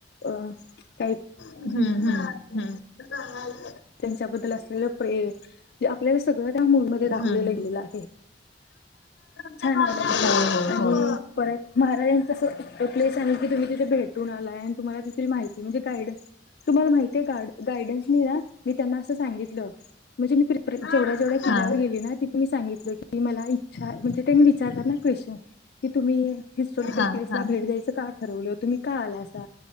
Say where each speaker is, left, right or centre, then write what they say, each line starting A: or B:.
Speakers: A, on the left (about 60°); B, on the left (about 85°).
A: अं काही
B: हम्म, हम्म, हम्म हा.
A: त्यांच्याबद्दल असलेलं प्रेम आपल्याला सगळं त्या मूडमध्येध्ये दाखवले
B: हम्म.
A: लागलेलं आहे
B: होय
A: छान वालं मला
B: होय
A: आणि.
B: होय
A: परत महाराजांचा. त प्लेस आणि. की तुम्ही तिथे भेटून आलाय, आणि तुम्हाला तिरी माहिती म्हणजे गायडन्स तुम्हाला माहितीे ग गायडन्सनी ना. त्यांना असं सांगितलं म्हणजे, मी प्र
B: हा.
A: जेवढ्या जेवढ्या किल्ल्यावर
B: हा.
A: गेली ना तिथे मी सांगितलं, की मला इच्छा म्हणजे त्यां मी विचारत ना क्वेशचन की तुम्ही हिस्टॉरिकल
B: हा
A: प्लेसला
B: हा.
A: भेट द्यायचं काठ. ठरवलं तुम्ही का आला असा.